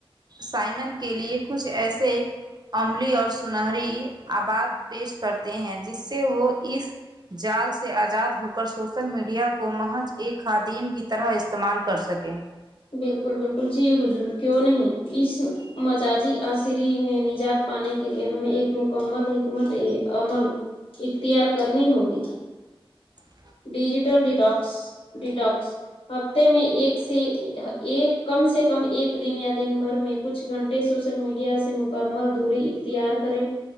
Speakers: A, on the right (about 45°); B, on the left (about 70°).
A: سائمن کے لیے کچھ ایسے عملی اور سنہری او آئیپیش کرتے ہیں جس سے وہ اس جیلس سے ازاد ہو کر سوشل میڈیا کو محج ایک خادیم کی طرح استعمال کر سکے
B: بالکل بالکل جی ہضور کیوں نہیں اس مجاجی عصری نے نجات پانے کے لیے ہمیں ایک مکمل حکمت عمل اختیار کرنی ہوگی
A: <inaudible>
B: ڈیجیٹل ڈٹاکس ڈٹاکس ہفتے میں ایک سے ایک کم سے کم ایک دن یا دن بھر میں کچھ گھنٹے سوشل میڈیا سے مکمل دوری اختیار کریں